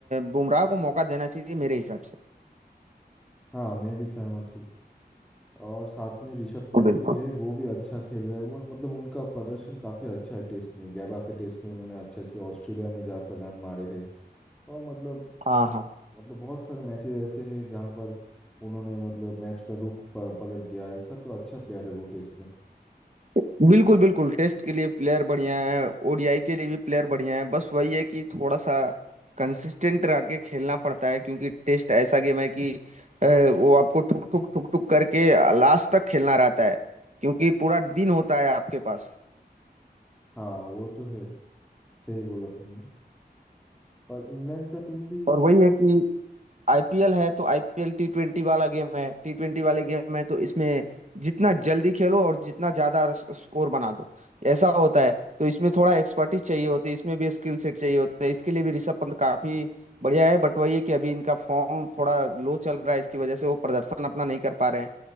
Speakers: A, on the right; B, in the centre.
A: बुमराह को मौका देना चाहिए मेरे हिसाब से
B: हाँ मैं भी सहमत हूँ और साथ में ऋषभ पंत
A: बिल्कुल
B: भी है वो भी अच्छा खेल रहे हैं वो- मतलब उनका प्रदर्शन काफी अच्छा है टेस्ट में गैबा के टेस्ट में उन्होंने अच्छा किया ऑस्ट्रेलिया में जाकर रन मारे हैं और मतलब
A: हाँ हाँ
B: मतलब बहुत सारे मैचेस ऐसे हैं जहाँ पर उन्होंने मतलब मैच का रुख प- पलट दिया ऐसा तो अच्छा प्लेयर है वो टेस्ट में
A: बिल्कुल बिल्कुल टेस्ट के लिए प्लेयर बढ़िया है ओडीआई के लिए भी प्लेयर बढ़िया है बस वही है कि थोड़ा सा कंसिस्टेंट रह के खेलना पड़ता है क्योंकि टेस्ट ऐसा गेम है कि अ, वो आपको ठुक ठुक ठुक ठुक करके लास्ट तक खेलना रहता है क्योंकि पूरा दिन होता है आपके पास
B: हाँ वो तो है सही बोला तुमने पर इंग्लैंड का टीम भी
A: और वही है कि आईपीएल है तो आईपीएल T twenty वाला गेम है टी ट्वेंटी वाले गेम है तो इसमें जितना जल्दी खेलो और जितना ज्यादा रस- स्कोर बना दो ऐसा होता है तो इसमें थोड़ा एक्सपर्टीज चाहिए होती है इसमें भी स्किल सेट चाहिए होता है इसके लिए भी ऋषभ पंत काफी बढ़िया है बट वही है कि अभी इनका फॉर्म थोड़ा लो चल रहा है इसकी वजह से वो प्रदर्शन अपना नहीं कर पा रहे हैं